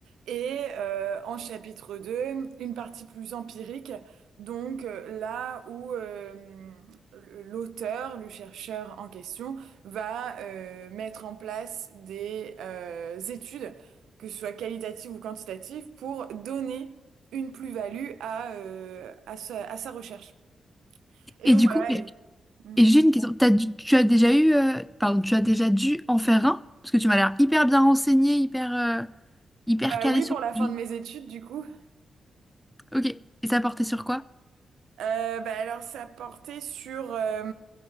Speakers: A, on the right; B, in the centre.
A: et euh, en chapitre 2, une partie plus empirique, donc euh, là où euh, l'auteur, le chercheur en question, va euh, mettre en place des euh, études, que ce soit qualitatives ou quantitatives, pour donner une plus-value à, euh, à sa à sa recherche. Et
B: Et
A: donc
B: du coup,
A: voilà.
B: Et
A: et- Mm.
B: j'ai une question. T'as dû- tu as déjà eu, euh, pardon, tu as déjà dû en faire un? Parce que tu m'as l'air hyper bien renseigné, hyper, euh, hyper
A: Bah
B: calé
A: oui,
B: sur
A: pour
B: le
A: la fin
B: sujet.
A: de mes études, du coup.
B: Ok. Et ça portait sur quoi?
A: Euh, bah alors, ça portait sur. euh,